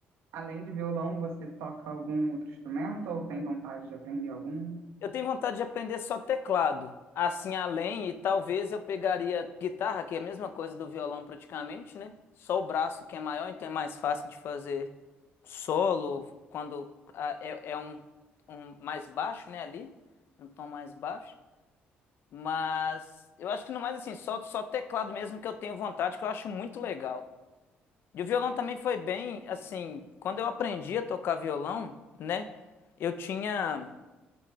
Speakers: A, on the right; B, on the left.
A: além de violão, você toca algum outro instrumento ou tem vontade de aprender algum?
B: Eu tenho vontade de aprender só teclado. Assim, além, e talvez eu pegaria guitarra, que é a mesma coisa do violão praticamente, né? Só o braço que é maior, então é mais fácil de fazer solo, quando ah, é, é um, um mais baixo, né? Ali, um tom mais baixo. Mas eu acho que no mais, assim, só, só teclado mesmo que eu tenho vontade, que eu acho muito legal. E o violão também foi bem, assim, quando eu aprendi a tocar violão, né? Eu tinha